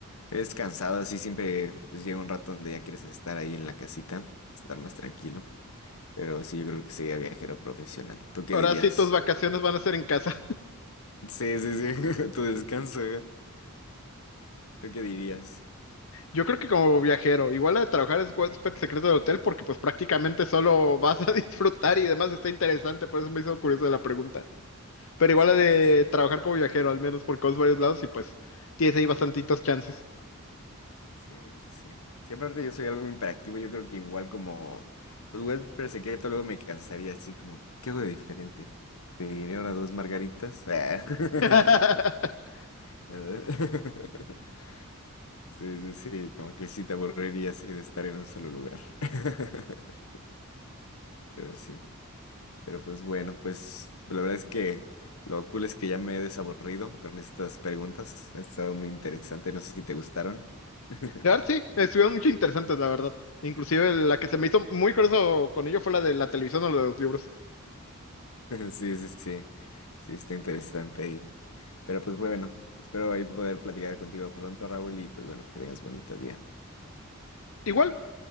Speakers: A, on the left; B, on the left.
A: es cansado, así siempre pues llega un rato donde ya quieres estar ahí en la casita, estar más tranquilo. Pero sí, yo creo que sería viajero profesional. ¿Tú qué
B: Ahora
A: dirías?
B: sí, tus vacaciones van a ser en casa.
A: Sí, sí, sí, <laughs> tu descanso. <laughs> ¿Tú qué dirías?
B: Yo creo que como viajero, igual la de trabajar es huésped secreto del hotel porque pues prácticamente solo vas a <laughs> disfrutar y demás está interesante, por eso me hizo curiosa la pregunta. Pero igual
A: Sí,
B: la de
A: sí, sí,
B: trabajar como viajero, al menos por vas varios lados y pues tienes ahí bastantitos chances.
A: sí, sí, sí. Sí, aparte yo soy algo imperactivo yo creo que igual como, pues web pero se queda, luego me cansaría así como, ¿qué hago de diferente? ¿Pediré ahora dos margaritas? Ah, <laughs>
B: <laughs>
A: ¿verdad? <laughs> Sí, sí, sí, como que sí te aburrirías eh, de estar en un solo lugar. <laughs> Pero sí. Pero pues bueno, pues la verdad es que lo cool es que ya me he desaburrido con estas preguntas. Ha estado muy interesante. No sé si te gustaron. <laughs>
B: La verdad, sí, estuvieron mucho interesantes, la verdad. Inclusive la que se me hizo muy curioso con ello fue la de la televisión o la de los libros.
A: Sí, sí, sí. Sí, está interesante ahí. Pero pues bueno, espero ahí poder platicar contigo pronto, Raúl, y pues bueno, que tengas bonito día.
B: Igual,